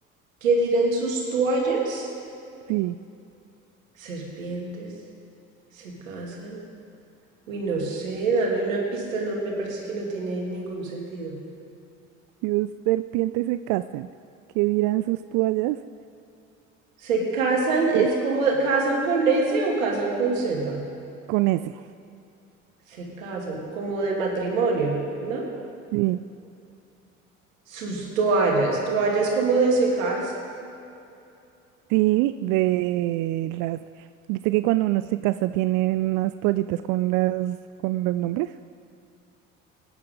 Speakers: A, on the right; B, on the right.
A: ¿qué dirán sus toallas?
B: Sí.
A: Serpientes se casan. Uy, no sé, dame una pista, no me parece que no tiene ningún sentido.
B: Si dos serpientes se casan, ¿qué dirán sus toallas?
A: Se casan,
B: Sí,
A: es como casan con S o casan con Z.
B: con ese.
A: Se casan, como de matrimonio, ¿no?
B: Sí,
A: Sus toallas, toallas como de secarse.
B: sí, de las... ¿Viste que cuando uno se casa tienen unas toallitas con las con los nombres?